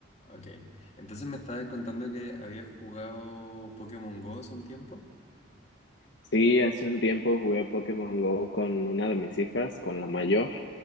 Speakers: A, on the left (about 35°); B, on the left (about 65°).
A: Ok. Entonces me estabas contando que habías jugado Pokémon Go hace un tiempo.
B: Sí, hace un tiempo jugué Pokémon Go con una de mis hijas, con la mayor,